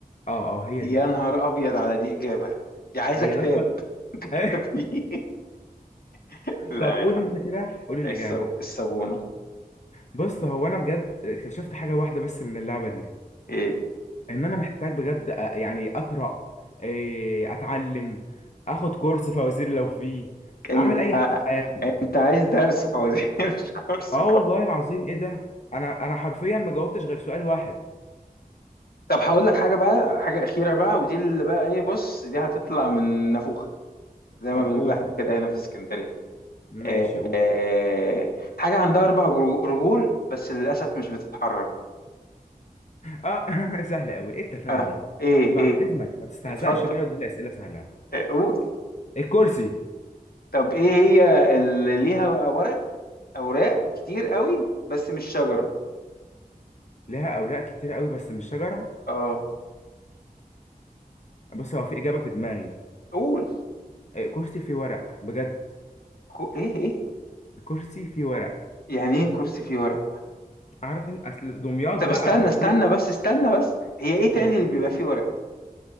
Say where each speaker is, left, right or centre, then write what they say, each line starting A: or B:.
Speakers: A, on the left; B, on the left.
A: اه اه هي
B: يا
A: دي
B: نهار أبيض على دي إجابة دي عايزة
A: هي
B: كتاب
A: لفت
B: <laughs> كتاب
A: <laughs>
B: فيه <laughs> لا
A: طب قول
B: يا حبيبي
A: انت كده قول الاجابه
B: الصب... الصابونة
A: بص هو انا بجد اكتشفت حاجه واحده بس من اللعبه دي
B: ايه
A: ان انا محتاج بجد أ- يعني اقرا آه، اتعلم اخد كورس فوازير لو فيه
B: انت
A: اعمل اي حاجه في حياتي
B: انت عايز درس فوزي <laughs> مش كورس
A: اه والله العظيم ايه ده انا انا حرفيا ما جاوبتش غير سؤال واحد
B: طب هقول لك حاجه بقى حاجه اخيره بقى ودي اللي بقى ايه بص دي هتطلع من نافوخه زي
A: طب
B: ما بنقول
A: قول
B: احنا كده هنا في اسكندريه
A: ماشي
B: آه،
A: قول
B: آه، حاجه عندها اربع رجو- رجول بس للاسف مش بتتحرك
A: اه <laughs> سهلة قوي ايه التفاهة
B: اه
A: دي
B: ايه
A: بعد
B: ايه
A: اذنك ما تستهزأش
B: اتفضل
A: بيا وتجيب لي اسئلة سهلة
B: آه، قول
A: الكرسي
B: طب ايه هي اللي ليها ورق اوراق كتير قوي بس مش شجره
A: لها اوراق كتير قوي بس مش شجرة
B: اه
A: بص هو في اجابة في دماغي
B: قول
A: الكرسي فيه ورق بجد
B: كو- ايه ايه
A: الكرسي فيه ورق
B: يعني ايه كرسي فيه ورق
A: عارف انت اصل دمياط
B: طب
A: بقى
B: استنى
A: فكتير
B: استنى بس استنى بس هي ايه تاني
A: ايه
B: اللي بيبقى فيه ورق